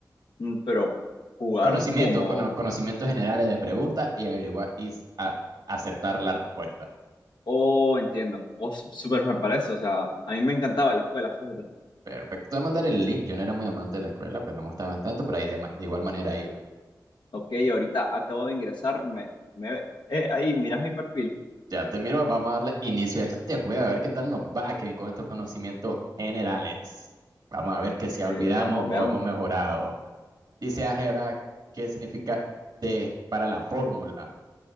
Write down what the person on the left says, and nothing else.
Mm, Pero jugar
como...
Oh, entiendo. Oh, su- súper me parece. O sea, a mí me encantaba la escuela, fíjate.
Ok, ahorita acabo de ingresar. Me, me- eh, ahí, mirás mi perfil.
que veamos, veamos.